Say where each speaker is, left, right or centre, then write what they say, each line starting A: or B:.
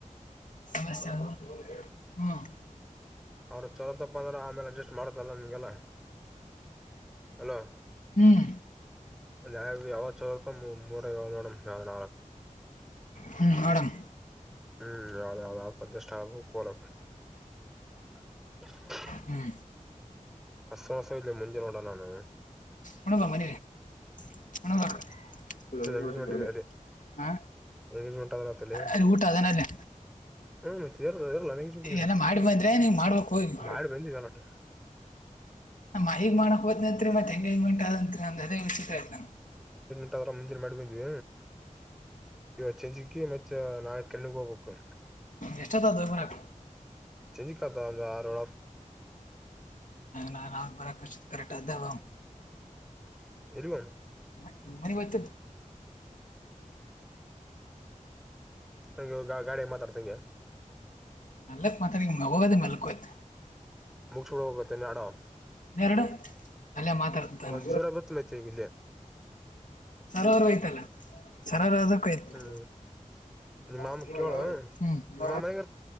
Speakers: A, on the left (about 70°); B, in the centre.
A: ಸಮಸ್ಯೆ ಹ್ಮ್.
B: ಅವ್ರ ಚಲತ್ತಪ್ಪ ಅಂದ್ರ ಆಮೇಲೆ ಅಡ್ಜಸ್ಟ್ ಮಾಡತ್ತಲ್ಲ ನಿಂಗೆಲ್ಲ ಅಲೋ.
A: ಹ್ಮ್
B: ಅಲ್ಲಿ ಯಾವ್ ಯಾವ್ ಯಾವತ್ತು ಚಲೋತ್ತೋ ಮೂ ಮುರ ಯ ನೋಡ ಯಾವದ ನಾಳ
A: ಹ್ಮ ಮಾಡಮ.
B: ಹ್ಮ್ ಯಾವ್ದ ಯಾವ್ದ ಆಪ್ಪದಷ್ಟ ಆಬ ಕೋಳ. <inaudible>
A: ಹ್ಮ್
B: ಅಸಸ ಇಲಿ ಮುಂಜೆ ನೋಡ ನಾನು.
A: ಹುಡುಗ ಮನೆಗೆ ಹುಡುಗಬೇಕು
B: ಎಂಗೇಜ್ಮೆಂಟ್ಗೆ ಅದೇ
A: ಹಾ
B: ಎಂಗೇಜ್ಮೆಂಟ್ ಆದೆ.
A: ಅಲ್ಲಿ ಊಟ ಅದನಲ್ಲೇ
B: ಹ್ಮ ಮತ್ತೆ ಎಲ್ಲ
A: ಎಲ್ಲ ಮಾಡಿ ಬಂದ್ರೆ ನೀವು ಮಾಡ್ಬೇಕು ಹೋಗಿ
B: ಮಾಡಿ ಬಂದಿವ ಹೊಲ್ಲಟ.
A: ನ ಮಹಿ ಮಾಡಕ್ ಹೋದ್ನಂತಿರಿ ಮತ್ ಎಂಗೇಜ್ಮೆಂಟ್ ಆತ್ ಅಂತೀರಿ ಅದೇ ವಿಚಿತ್ರ ಆಯತ ನನಗ.
B: <unintelligible> ಮಾಡಿ ಬಂದ್ವಿ. ಇವ ಚಂಜಿಕಿ ಮತ್ತೆ ನಾಳೆ <unintelligible> ಹೋಗ್ಬೇಕು.
A: ಎಷ್ಟೊತ್ ಆಗುತ್ತೋ ಹೋಗ್ ಬರಕ್ಕೆ.
B: ಚಜಿಕಾತ ಅಂದ ಆರಳ
A: ನಾನ್ ಅವಾಗ ಬರಕಷ್ಟ ಕರೆಕ್ಟಾಗಿ ಹೋಗುಮ.
B: <unintelligible>
A: ಮನೆ ಮನೆಗೆ ಹೋಗ್ತೀನ್.
B: ಹಂಗೆ ಗ ಗಾಡಿ ಮಾತಾಡ್ತಗೆ.
A: ಮೆಲ್ಲಕ್ ಮಾತಾಡಿ ನಾ ಹೋಗದೆ ಮಲ್ಕೋತೀನ್.
B: ಮುಗಛೋಡಾಗತ್ತ ಅಡಾವ.
A: ಇನ್ನೆರಡು ಅಲ್ಲೇ ಮಾತಾಡ್ತಾನ
B: ಒಂಜೀರಾಬತ್ ಮತಗಿಲ್ಲೆ.
A: ಸರ್ ಅವರು ಹೋಯ್ತಲ್ಲ ಸರ್ ಅವರು ಅದಕ್ಕೆ ಹೋಯ್ತು
B: ಹ್ಮ್ ನಿಮ್ಮ
A: ಹ್ಮ್
B: ಮಾಮ ಕೇಳು ನಿಮ್ಮ ಮಾಮ ಮನೆಗೆ